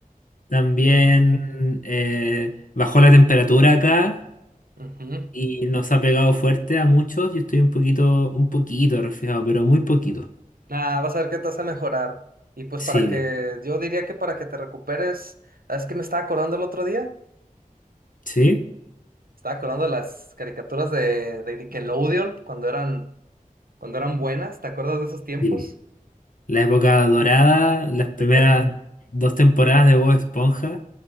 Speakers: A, on the left; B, on the right.
A: También
B: Sí.
A: eh, bajó la temperatura acá
B: Ujú.
A: y nos ha pegado fuerte a muchos. Yo estoy un poquito, un poquito resfriado, pero muy poquito.
B: Ah, vas a ver que te vas a mejorar. Y pues
A: Sí,
B: para que, yo diría que para que te recuperes, ¿sabes que me estaba acordando el otro día?
A: sí,
B: Estaba acordando de las caricaturas de, de Nickelodeon cuando eran, cuando eran buenas, ¿te acuerdas de esos tiempos?
A: sí. La época dorada, las primeras
B: De, car-
A: dos temporadas de Bob Esponja,